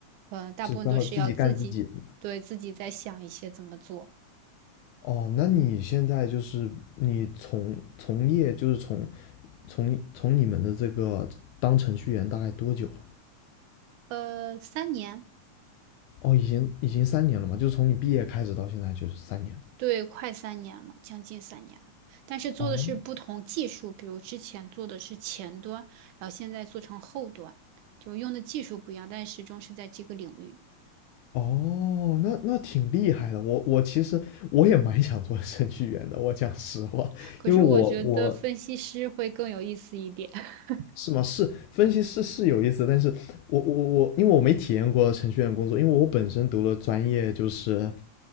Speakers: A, on the right; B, on the left.
A: 嗯、大部分都是要自己对自己在想一些怎么做。
B: 只需要自己干自己的嘛。哦，那你现在就是你从从业就是从从从你们的这个当程序员大概多久了？
A: 呃，三年。
B: 哦，已经已经三年了嘛，就是从你毕业开始到现在就是三年。
A: 对，快三年了，将近三年了。但是做的是不同技术，
B: 哦
A: 比如之前做的是前端，然后现在做成后端，就用的技术不一样，但始终是在这个领域。
B: 哦，那那挺厉害的。我我其实我也蛮想做程序员的，我讲实话，
A: 可是我觉得分析师会更有意思一点
B: 因为我我
A: <laughs>
B: 是吗？是分析师是有意思，但是我我我，因为我没体验过程序员的工作，因为我本身读了专业就是啊、